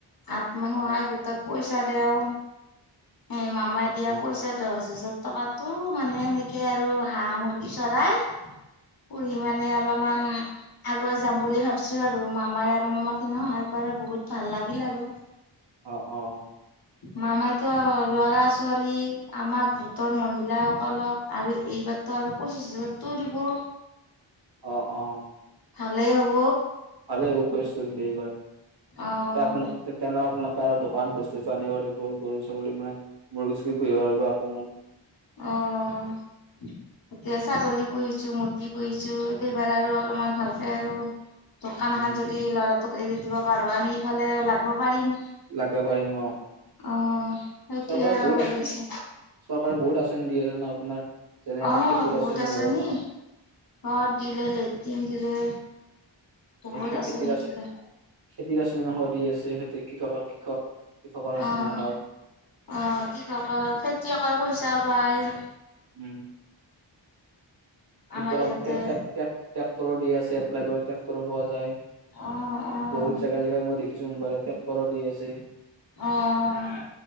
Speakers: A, on the left; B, on the right.
A: আত্মসহায়
B: অ',
A: গোটত পইচা দেও সেই মামাই
B: অ',
A: দিয়া
B: অ',
A: পইচাটো দহ হাজাৰ। ত টকাটো মানে এনেকে আৰু হাঁহ মুৰ্গী চৰাই। পুৰি মানে অলপমান আগুৱাই যাম বুলি ভাবিছো আৰু মামাই আৰু মামা খিনি সহায় কৰে। বহুত ভাল লাগিল আৰু।
B: অ অ।
A: মামাইতো ল'ৰা ছোৱালী আমাক গোটৰ মহিলাাসকলক আৰু এইবাৰ। এটা আৰু পঁচিছ হাজাৰ তোৰ দিব।
B: অ অ।
A: ভালেই হ'ব।
B: ভালে আহ পইচা দিলে এইবাৰ
A: অ',
B: <unintelligible> আপোনোকে আৰু দোকান। আনিবাৰিব গৰু ছাগলী মানে মোৰ কিছু পুহিবা আৰু অকমান।
A: অহ। এতিয়া ছাগলী পুহিছো মুৰ্গী পুহিছো দেবাৰ আৰু অলপমান ভালকে আৰু। দোকান
B: উম,
A: এখান
B: উম,
A: যদি লৰাটোক এৰি দিব পাৰো আমি ইফালে লাগিব পাৰিম।
B: লাগিব পাৰিম অ,
A: অ', সেইটোয়ে
B: চৰকাৰৰ
A: আৰু
B: বহুত
A: ভাবি
B: আছিল
A: আছো
B: চ। বহুত আছনি দি আছে ন আপোনাৰ। যেনে আমাৰ
A: অ
B: খেতিৰ
A: বহুত
B: আঁচনি
A: আছনি
B: হওঁক
A: অ দিলে লেট্ৰিন দিলে। বহুত
B: খেতিৰ
A: আঁচনি
B: আচ
A: দিলে
B: খেতিৰ আচনি ম সৰ দি আছে খেতিৰ কৃষক - কৃষক। কৃষকৰ আচননি
A: অ',
B: ন খাও।
A: অ কি কৰ কৰ খেতিয়কৰ পইচা পায়।
B: উ <unintelligible> খেতিয়ক
A: আমাৰ ইয়াতে।
B: ট্ৰেক্টৰো দি আছে এপ্লাই কৰি ট্ৰেক্টৰো পোৱা যায়।
A: অ', অ',
B: বহুত জেগা জেগাই মই দেখিছো মোমবাইত ট্ৰেক্টৰত দি আছে।
A: অ',